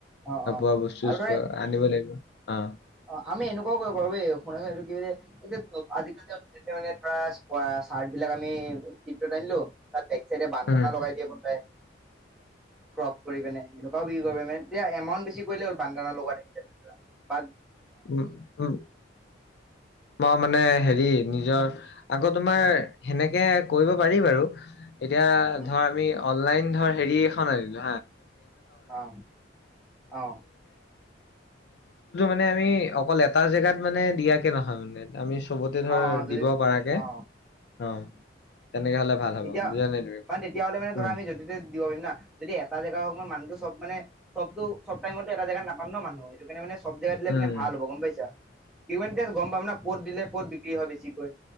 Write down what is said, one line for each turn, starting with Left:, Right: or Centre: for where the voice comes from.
Centre: অ
Left: হ বোৱা বস্তু
Centre: আৰু ধৰা
Left: আনিব লাগিব অ
Centre: অ আমি এনেকুৱাও কৰিব পাৰো ব শুনাছু এইটো কি বুলি এতিয়া আজিকালি য়া মানে ধৰা চাৰ্ট বিলাক আমি টিপটত আনিলো তাত চ বানদনা
Left: উম
Centre: লগাই দিয়ে গোন পায় ক্ৰপ কৰি পিনে এনেুৱাও বিক্ৰী কৰিব মানে এমাউণ্ট বেছি কৰিলে হ'ল বানদানৰ লগোৱা থাকৰা পাত
Left: উ উ ম মানে হেৰি নিজৰ আকৌ তোমাৰ সেনেকে কৰিব পাৰি বাৰু এতিয়া
Centre: উম
Left: ধৰ আমি অনলাইন ধৰ হেৰি এখন আনিলো
Centre: অ অ
Left: <unintelligible> আমি অকল এটা জেগাত মানে দিয়াকে নহয় মানে আমি চবতে ধৰ
Centre: অ অ যদি
Left: দিব পৰাাৰকে
Centre: অ
Left: অ তেনেকে হ'লে ভাল হ'ব
Centre: তেতিয়া
Left: বুজা নাই তুমি
Centre: মানে তেতিয়া হ'লে মানে
Left: উম
Centre: ধৰা আমি যদি দিব পাৰিম ন যদি এটা জেগা হওক মই মানুহটো চব মানে চবতো চব টাইমতটো এটা জাগাত নাপাম ন মানুহ সেইটো কাৰণোনেব জেগাত দিলে
Left: উম
Centre: মানে ভ হব গম পাইছা কি গম পাম ন ক'ত দিলে ক'ত বিক্ৰী হয় বেছিকৈ